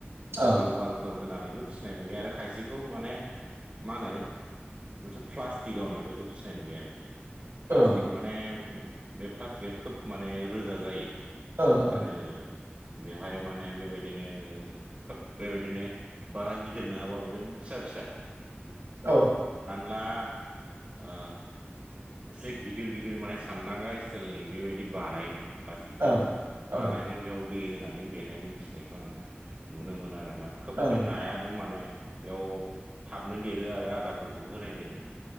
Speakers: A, on the right (about 30°); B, on the right (about 75°).
A: बेबायदि
B: ओं
A: वालफोर होनानैबो फिसिनाय नुयो आरो खायसेखौ माने मा होनो मोनसे प्लास्टिकआवनो बेखौ फिसिनाय नुयो आरोखि प्लास्टिक
B: ओं
A: माने बे प्लास्टिकआ खोब माने रोजा जायो
B: ओं ओं
A: आरो बेहाय माने बेबायदिनो खोब बेबायदिनो बारा गिदिर नङाबाबो फिसा फिसा
B: औ
A: <unintelligible> ओ एसे गिदिर गिदिर माने सानदांगा स्टाइलनि बेबायदि बानायोमोन प्लास्टिकखौ
B: ओं
A: बानायनानै
B: ओं
A: बेयाव दै होनानै बेहायनो फिसिनायखौ आं नुनो मोनो आरो ना खोब ओमफ्राय
B: ओं
A: नायाबो माने बेयाव थाबनो देरो आरो आदारफोरखौबो होनाय जायो माने